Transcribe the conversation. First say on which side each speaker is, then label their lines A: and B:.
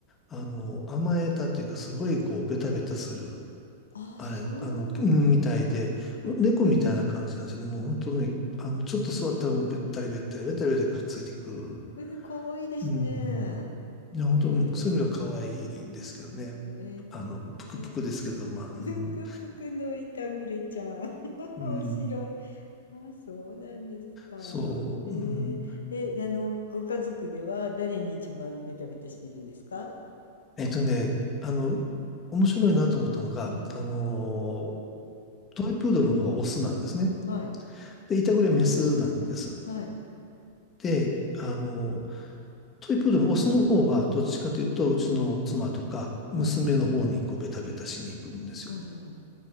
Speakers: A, on the left (about 25°); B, on the left (about 85°).
A: あの、甘えたというか、すごいこう、ベタベタする、
B: あ、
A: あれ、
B: そうな、
A: あの、うんみたいで、
B: うん。
A: 猫みたいな感じなんですよね。もう本当ね、あの、ちょっと座ったらもうべったりべったり、べったりべったりくっついてくる。
B: えー、かわいいですね。
A: うん。
B: へ
A: いや、本当、
B: え、
A: うんそういう意味では可愛いですけどね。
B: え
A: あの、ぷくぷくですけど、
B: ー。
A: まあ、
B: ぬくぷくのいたぐれちゃん。
A: うん、
B: <laughs>
A: うん、
B: 面白い。あ、そうなんですか。
A: そう、
B: えー、
A: うん。
B: え、あの、ご家族では誰に一番ベタベタしてるんですか
A: えっとね、あの、面白いなと思ったのが、
B: うん。
A: あの、トイプードルの方がオスなんですね。
B: はい。
A: で、イタグレメスなんです。
B: はい。
A: で、あの、トイプードルのオスの方は、どっちかというと、
B: うん。
A: うちの妻とか、娘の方にこうベタベタしに行くんですよ。
B: はい。うん